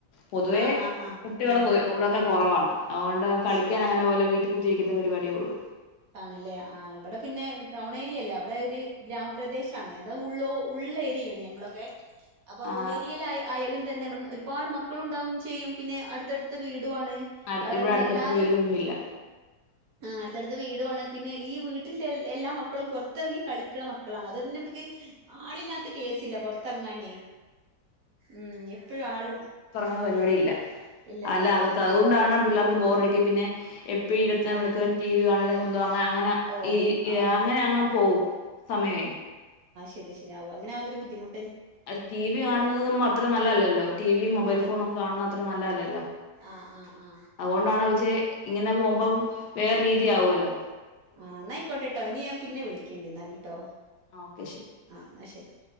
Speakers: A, on the left; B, on the right.
A: പൊതുവേ
B: ആഹ് ആഹ് ആഹ്
A: കുട്ടികളു
B: ആഹ്
A: പോലും ഇവിടെക്കെ കുറവാണ്. അതുകൊണ്ട്
B: അത്
A: കളിക്കാൻ
B: ശരി
A: അങ്ങനെ പോലും വീട്ടി കുത്തിയിരിക്കുന്ന പരുപാടിയേ ഉള്ളു.
B: ആണല്ലേ ആ ഇവിടെ പിന്നെ ടൗണേരിയല്ല അവിടെ ഒരു ഗ്രാമപ്രദേശമാന്നേ. ആ ഉൾ ഉൾ ഏരിയാണ് ഞങ്ങളെക്കെ. അപ്പ
A: ആ
B: ഉള്ളേരിയ്ലായ ആയാലും. പിന്നെ ഇബ്ടുന്ന് ഒര്പാട് മക്കളുണ്ടാവേം ചെയ്യും പിന്നേ അടുത്തടുത്ത് വീടു ടുവാണ്,
A: അടു
B: ആ
A: ഇവിടെ
B: പിന്നെ
A: അടുത്തടുത്ത്
B: എല്ലാരും
A: വീടൊന്നുമില്ല
B: അ ത്ത് വീടുവാണ് പിന്നെ ഈ വീട്ടിലൊ എ ല്ലാ മക്കളും പുറത്തെർങ്ങി കളിക്കണ മക്കളാണ് അതുപോലന്ന്ബിടിക്ക് ആളില്ലാത്ത കേസില്ല പൊറ ത്തെർങ്ങാനെ ഉം എപ്പഴു ആള്
A: അങ്ങപരിപാടി ഇല്ല
B: ഇല്ലല്ലേ
A: അല്ല അകത്ത്
B: ആ
A: അതുകൊണ്ടാണ് പിള്ളാർ ബോറടിക്കോ പിന്നെ എപ്പഴും ഇരുപത്തിനാൽ
B: ആ
A: മണിക്കൂറും റ്റി വി കാണ് അല്ലമുല്ല ആ അങ്ങനെ
B: ഓ
A: ഈ ഈ
B: ആ
A: അങ്ങനെ അങ്ങ് പോവും സമയവേ
B: പിന്നെ ശെരിയാവും അങ്ങെനെ ആവുമ്പോ ഒരു ബുദ്ധിമു
A: അത് റ്റിവി കാണുന്നതും അത്ര നല്ല അല്ലല്ലോ റ്റിവീം മൊബൈൽ
B: ആ
A: ഫോണും കാണു അത്ര നല്ലതല്ലല്ലോ
B: ആ ആ ആ
A: അതുകൊണ്ടാണത് ചെ ഇങ്ങനെ പോവുമ്പം വേറ് രു രീതിയാവുവല്ലോ
B: ആ ന്നായിക്കോട്ട് ട്ടോ ഇനി നാ പിന്നെ വിളിക്കലുണ്ട് എന്നാല് ട്ടോ
A: ആ ഓക്കെ ശരി
B: ആ ന്നാ ശെരി